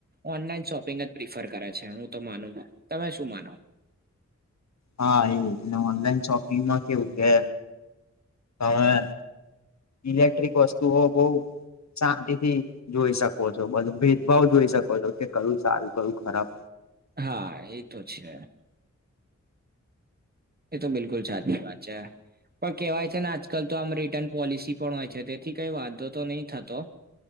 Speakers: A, on the right; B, on the left.
A: ઓનલાઈન શોપિંગ જ પ્રિફર કરે છે હું તો માનું છું. તમે શું માનો?
B: હા, એ અને ઓનલાઈન શોપિંગમાં કેવું કે અહ ઇલેક્ટ્રિક વસ્તુઓ બહુ શાંતિથી જોઈ શકો છો બધું ભેદભાવ જોઈ શકો છો કે કરું સારું કરું ખરાબ.
A: હા, એ તો છે. એ તો બિલકુલ સાચી વાત છે. પણ કેહેવાય છે, ને આજકાલ તો આમ રિટર્ન પોલિસી પણ હોય છે. તેથી કઈ વાંધો તો નહી થતો.